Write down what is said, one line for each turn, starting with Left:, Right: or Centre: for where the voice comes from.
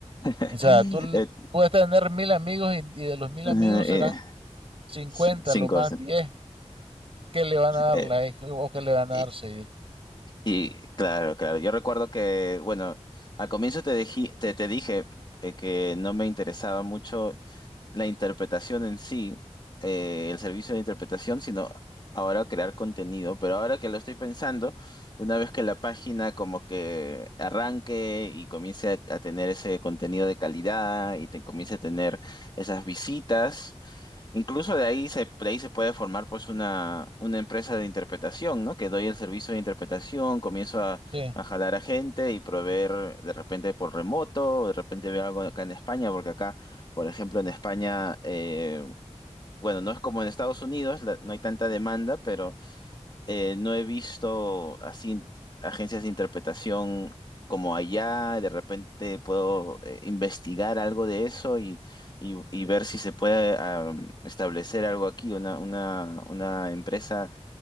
Left: Eh,
Right: O sea, tú l- puedes tener mil amigos y, y de los mil
Left: eh,
Right: amigos serán 50
Left: c- cinco.
Right: lo más
Left: sí.
Right: 10 que le van a dar
Left: Eh,
Right: like o que le van
Left: y,
Right: a dar seguir.
Left: y, claro, claro. Yo recuerdo que, bueno, al comienzo te, dejí- te, te dije eh, que no me interesaba mucho la interpretación en sí, eh, el servicio de interpretación, sino ahora crear contenido. Pero ahora que lo estoy pensando, una vez que la página como que arranque y comience a, a tener ese contenido de calidad y te, comience a tener esas visitas, Incluso de ahí se, de ahí se puede formar pues una, una empresa de interpretación, ¿no? Que doy el servicio de interpretación, comienzo a,
Right: Sí.
Left: a jalar a gente y proveer de repente por remoto, o de repente veo algo acá en España, porque acá, por ejemplo, en España, eh, bueno, no es como en Estados Unidos, la- no hay tanta demanda, pero eh, no he visto así agencias de interpretación como allá, de repente puedo eh, investigar algo de eso y, y- y ver si se puede am, establecer algo aquí, una, una, una empresa